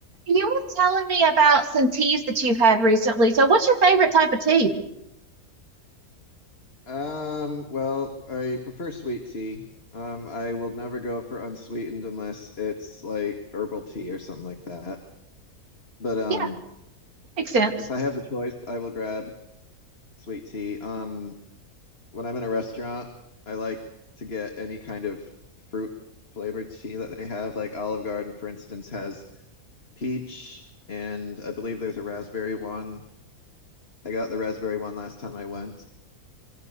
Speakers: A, on the right (about 75°); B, on the left (about 45°).
A: You were telling me about some teas that you've had recently. So, what's your favorite type of tea?
B: Um, well, I prefer sweet tea. Um, I will never go for unsweetened unless it's like herbal tea or something like that. But um,
A: Yeah, makes sense.
B: if I have the choice, I will grab sweet tea. Um, when I'm in a restaurant, I like to get any kind of fruit flavored tea that they have. Like Olive Garden, for instance, has peach, and I believe there's a raspberry one. I got the raspberry one last time I went.